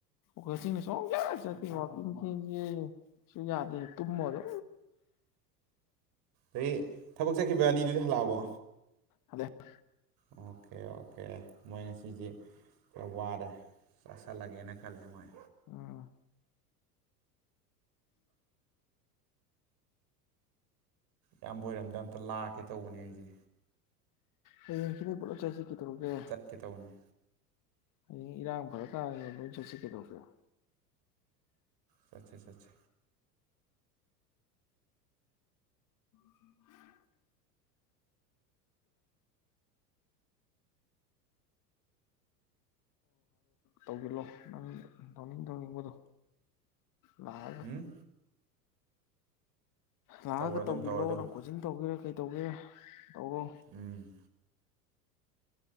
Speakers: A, on the left (about 40°); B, on the right (about 45°).
A: ꯈꯣꯏꯁꯤꯡꯅ ꯁ ꯆꯠꯇꯦ ꯋꯥꯋꯥꯛꯀꯤꯡ ꯆꯁꯦ ꯁꯁꯨ ꯌꯥꯗꯦ ꯇꯨꯝꯃꯗꯣ
B: ꯑꯗꯒꯤ ꯊꯕꯛ ꯆꯠꯈꯤꯕ ꯑꯅꯤꯗꯨꯗꯤ ꯍꯜꯂꯛꯑꯕꯣ
A: ꯍꯜꯂꯛꯑꯦ
B: ꯑꯣꯀꯦ ꯑꯣꯀꯦ ꯃꯣꯏꯅ ꯁꯤꯁ ꯀꯌꯥ ꯋꯥꯔꯦ ꯆ ꯆꯥ ꯂꯥꯛꯦ ꯈꯜꯦ ꯃꯥꯏ
A: ꯑꯥ
B: ꯌꯥꯝꯕꯣꯏꯔꯝꯗ ꯑꯝꯇ ꯂꯥꯛꯀꯦ ꯇꯧꯕꯅꯦ ꯑꯩꯁꯦ
A: ꯍ ꯌꯦꯡꯁꯤꯅꯦ ꯄꯣꯠꯂꯣ ꯆꯁꯤ ꯀꯗꯧꯔꯛꯒꯦ
B: ꯀꯦꯇꯧꯅꯤ
A: ꯍꯌꯦꯡ ꯏꯔꯥꯡ ꯐꯔꯀꯥꯟꯗ ꯂꯣꯏ ꯆꯠꯁꯤꯀꯦ ꯇꯧꯕꯁꯔꯣ
B: ꯆꯠꯆꯥ ꯆꯠꯦ
A: ꯅꯤ ꯕꯣꯏꯔ ꯇꯧꯕꯤꯜꯂꯣ ꯅ ꯇꯧꯅꯤꯡ ꯇꯧꯅꯤꯡꯕꯗꯣ ꯂꯥꯛꯑꯒ
B: ꯎꯝ
A: ꯂꯥꯛꯑꯒ
B: ꯇꯧꯔ ꯑꯗꯨꯝ
A: ꯇꯧꯤꯂꯣ
B: ꯇꯧꯔ ꯑꯗꯨꯝ
A: ꯅꯪ ꯀꯣꯆꯤꯡ ꯇꯧꯒꯦꯔꯥ ꯀꯩ ꯇꯧꯒꯦꯔꯥ ꯇꯧꯔꯣ
B: ꯎꯝ